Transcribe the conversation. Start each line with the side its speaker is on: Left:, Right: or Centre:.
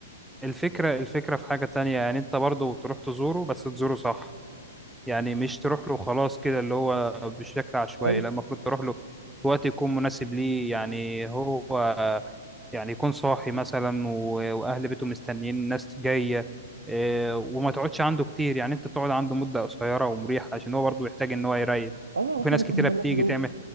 Centre: الفكره الفكره في حاجه تانية يعني انت برضو تروح تزوره بس تزوره صح يعني مش تروح له خلاص كده اللي هو بشكل عشوائي
Right: ايوه
Centre: لا المفروض تروح له في وقت يكون مناسب ليه يعني هو يعني يكون صاحي مثلا و- واهل بيته مستنيين ناس جايه آه، وما تقعدش عنده كتير يعني انت تقعد عنده مده قصيره ومريحه عشان هو برضو يحتاج ان هو يريح
Right: اه
Centre: وفي
Right: احنا
Centre: ناس
Right: ممكن
Centre: كتيره
Right: نروح
Centre: بتيجي
Right: له
Centre: تعمل